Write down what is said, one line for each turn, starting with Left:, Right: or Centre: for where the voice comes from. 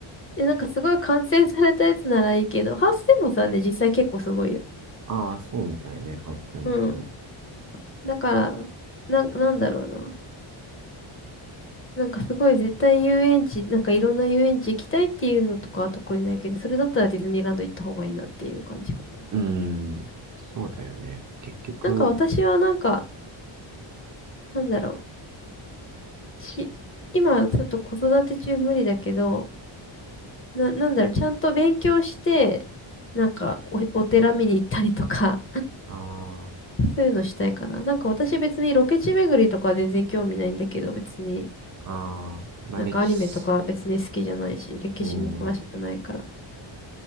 Left: え、なんかすごい完成されたやつならいいけど、ハウステンボスはね、実際結構すごいよ。
Right: ああ、そうみたいね。あ、ごいます。
Left: うん
Right: う
Left: だから、なん、なんだろうな。なんかすごい絶対遊園地、なんかいろんな遊園地行きたいっていうのとかは特にないけど、それだったらディズニーランド行った方がいいなっていう感じかな。
Right: ーん、そうだよね。結局、
Left: なんか私はなんか、なんだろう。し、今ちょっと子育て中無理だけど、な、なんだろう、ちゃんと勉強して、なんかお、お寺見に行ったりとか、
Right: あ
Left: そういうのしたいかな。なんか私別にロケ地巡りとかは全然興味ないんだけど、別に、
Right: あ、ああ、まあ歴史、
Left: なんかアニメとか別に好きじゃないし、歴史も詳しくないから。
Right: うん、